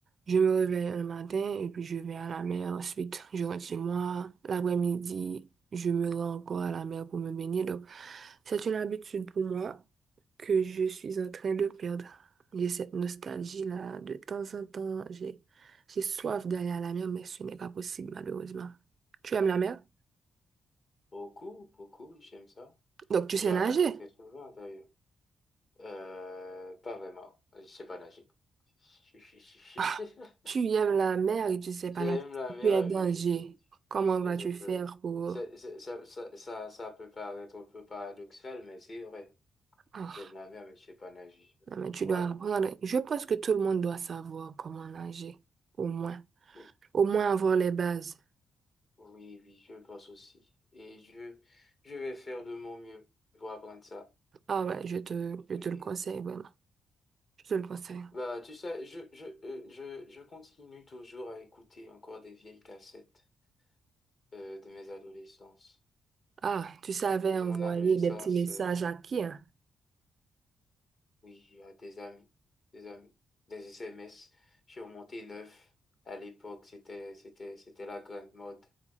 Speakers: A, on the right; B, on the left.
A: je me réveille le matin et puis je vais à la mer. Ensuite, je rentre chez moi. L'après-midi, je me rends encore à la mer pour me baigner. Donc, c'est une habitude pour moi que je suis en train de perdre. J'ai cette nostalgie-là. De temps en temps, j'ai, j'ai soif d'aller à la mer, mais ce n'est pas possible, malheureusement. Tu aimes la mer?
B: Beaucoup, beaucoup, j'aime ça.
A: Donc, tu
B: J'ai
A: sais
B: à
A: nager?
B: la mer très souvent d'ailleurs. Euh, pas vraiment, je sais pas nager. <laughs>
A: Ah, tu aimes la mer et tu sais
B: J'aime
A: pas nager.
B: la meilleure
A: Tu es danger.
B: vie.
A: Comment
B: C'est
A: vas-tu
B: un peu...
A: faire pour...
B: c'est- c'est- ça, ça, ça, ça peut paraître un peu paradoxal, mais c'est vrai.
A: Ah,
B: J'aime la mer, mais je sais pas nager.
A: non, mais tu
B: Voilà.
A: dois apprendre. Je pense que tout le monde doit savoir comment nager. Au moins.
B: Bon.
A: Au moins avoir les bases.
B: Oui, oui, je le pense aussi. Et je, je vais faire de mon mieux pour apprendre ça.
A: Ah ouais, je te, je
B: Et,
A: te le conseille, vraiment. Je te le conseille.
B: bah, tu sais, je, je, euh, je, je continue toujours à écouter encore des vieilles cassettes euh, de mes adolescences.
A: Ah, tu savais
B: De
A: envoyer
B: mon adolescence.
A: des petits messages
B: euh,
A: à qui, hein?
B: Oui, à des amis, des amis, des SMS. Je suis remonté neuf. À l'époque, c'était, c'était, c'était la grande mode